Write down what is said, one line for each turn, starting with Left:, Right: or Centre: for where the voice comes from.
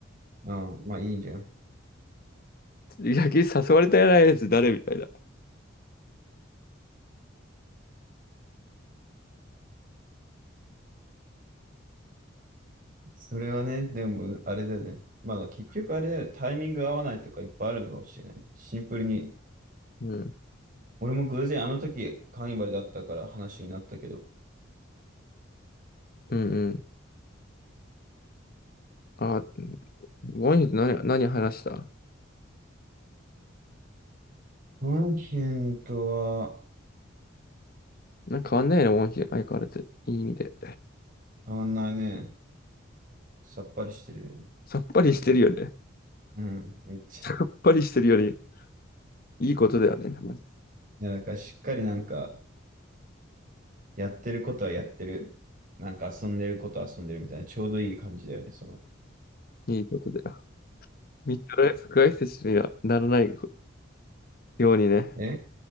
Right: ああ、まあいいじゃん。
Left: 野球誘われたやつ誰みたいな。
Right: それはね、でも、あれだよね。まあ結局あれだよね、タイミング合わないとかいっぱいあるのかもしれないね。シンプルに。
Left: うん。
Right: 俺も偶然あの時、カーニバルだったから話になったけど。
Left: うんうん。あ、モンヒと何、何話した
Right: ワンヒンとは
Left: なんか変わんないねモンヒ、相変わらず。いい意味で。
Right: 変わんないね。さっぱりしてるよね。
Left: さっぱりしてるよね。
Right: うん、めっちゃ。
Left: さっぱりしてるより、いいことだよね。ま
Right: いや、なんかしっかりなんか、やってることはやってる。なんか遊んでることは遊んでるみたいな、ちょうどいい感じだよね、その。
Left: じいいことだよ。ミッドライフクライシスにはならないようにね。
Right: え、